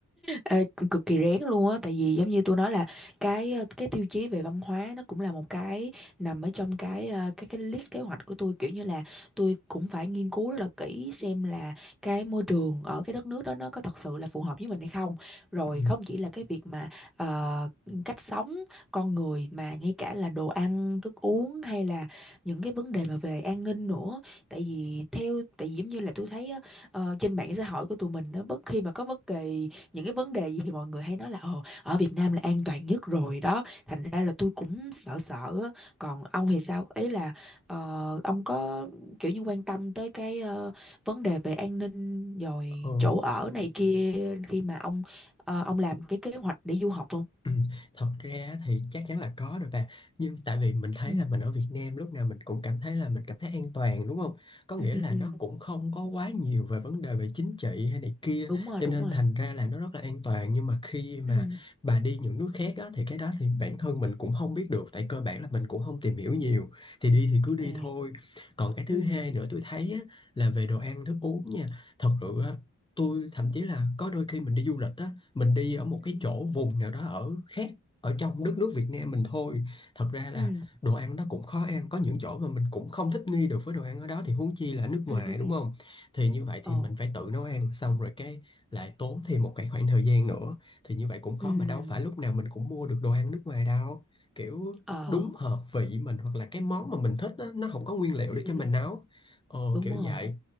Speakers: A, in the centre; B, on the left (about 15°).
A: Ê, cực kỳ rén luôn á tại vì giống như tôi nói là cái ờ, cái tiêu chí về văn hóa nó cũng là một cái nằm ở trong cái ờ, cái cái list kế hoạch của tôi kiểu như là tôi cũng phải nghiên cứu rất là kỹ xem là cái môi trường ở cái đất nước đó nó có thật sự là phù hợp với mình hay không rồi
B: Ừ.
A: không chỉ là cái việc mà ờ, cách sống con người mà ngay cả là đồ ăn thức uống hay là những cái vấn đề mà về an ninh nữa tại vì theo tại vì giống như là tôi thấy á, ờ, trên mạng xã hội của tụi mình nó bất khi mà có bất kỳ những cái vấn đề gì thì mọi người hay nói là ồ ở Việt Nam là an toàn nhất rồi đó thành ra là tôi cũng sợ sợ á. còn ông thì sao ý là ờ, ông có kiểu như quan tâm tới cái ờ, vấn đề về an ninh rồi
B: Ừ.
A: chỗ ở này kia khi mà ông ờ, ông làm cái kế hoạch để du học không
B: <clears throat> Ừ, Thật ra á thì chắc chắn là có rồi bà nhưng tại vì mình thấy
A: Ừ.
B: là mình ở Việt Nam lúc nào mình cũng cảm thấy là mình cảm thấy an toàn đúng không có nghĩa
A: ừ ừ
B: là
A: ừ
B: nó cũng không có quá nhiều về vấn đề về chính trị hay này kia
A: đúng rồi
B: cho
A: đúng
B: nên
A: rồi
B: thành ra là nó rất là an toàn nhưng mà khi mà
A: Ừ.
B: bà đi những nước khác á, thì cái đó thì bản thân mình cũng không biết được tại cơ bản là mình cũng không tìm hiểu nhiều thì đi thì cứ đi
A: ừ
B: thôi còn cái thứ
A: ừ
B: hai nữa tôi thấy á, là về đồ ăn thức uống nha thật sự á tôi thậm chí là có đôi khi mình đi du lịch á mình đi ở một
A: Ừ.
B: cái chỗ vùng nào đó ở khác ở trong đất nước Việt Nam mình thôi thật ra là
A: ừ
B: đồ ăn đó cũng khó ăn có những chỗ mà mình cũng không thích nghi được với đồ ăn ở đó thì huống chi là nước ngoài
A: ừ ừ
B: đúng
A: ừ
B: không thì như vậy thì
A: ồ
B: mình phải tự nấu ăn xong rồi cái lại tốn thêm một cái khoảng thời gian nữa thì như vậy cũng khó
A: ừ
B: mà đâu phải lúc nào mình cũng mua được đồ ăn nước ngoài đâu kiểu
A: ờ
B: đúng hợp vị mình hoặc là cái món mà mình thích đó, nó không có nguyên liệu
A: ừ
B: để cho mình
A: ừ
B: nấu ờ,
A: đúng
B: kiểu
A: rồi
B: vậy